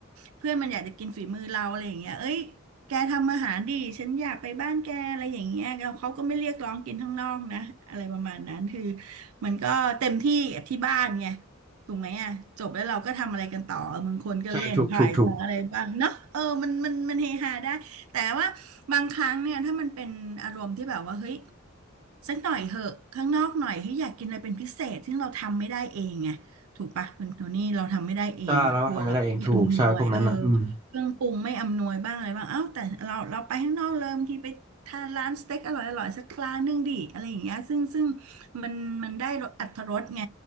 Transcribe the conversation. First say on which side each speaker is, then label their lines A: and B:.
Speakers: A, on the right; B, on the right.
A: เพื่อนมันอยากจะกินฝีมือเราอะไรอย่างเงี้ยเอ้ย แกทำอาหารดิฉันอยากไปบ้านแกอะไรอย่างเงี้ยแล้วเขาก็ไม่เรียกร้องกินข้างนอกนะอะไรประมาณนั้นคือมันก็เต็มที่กับที่บ้านไงถูกไหมอ่ะจบแล้วเราก็ทำอะไรกันต่อมึงคนก็เล่นไพ่บ้างอะไรบ้างเนาะเออมันมันมันเฮฮาได้แต่ว่าบางครั้งเนี่ยถ้ามันเป็นอารมณ์ที่แบบว่าเฮ้ย
B: ใช่ถูกถูกถูก
A: สักหน่อยเหอะข้างนอกหน่อยที่อยากกินอะไรเป็นพิเศษซึ่งเราทำไม่ได้เองไงถูกปะคุณโทนี่เราทำไม่ได้เองอ่ะครัวเราไม่อำนวยเออ
B: ใช่แล้วก็ทำไม่ได้เองถูกใช่พวกนั้นนะอืม
A: เครื่องปรุงไม่อำนวยบ้างอะไรบ้างเอ้าแต่เราเราไปข้างนอกเลยบางทีไปทานร้านสเต็กอร่อยอร่อยสักร้านนึงดิอะไรอย่างเงี้ยซึ่งซึ่งมันมันได้รสอรรถรสไง